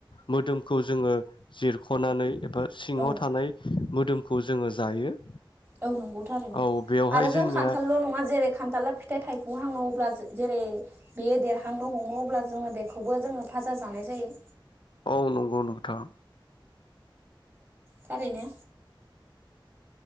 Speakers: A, on the left; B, on the right.
A: मोदोमखौ जोङो जिरख'नानै एबा सिङाव
B: औ
A: थानाय मोदोमखौ जोङो जायो।
B: औ नंगौ थारैनो
A: औ बेवहाय
B: आरो जों
A: जोंनिया
B: खान्थालल' नङा जेरै खान्थाला फिथाइ थाइ हुहांआव अब्ला जेरै बेयो देरहांनो हमो अब्ला जोङो बेखौबो जोङो फाजा जानाय जायो।
A: औ नंगौ नोंथां।
B: थारैनो।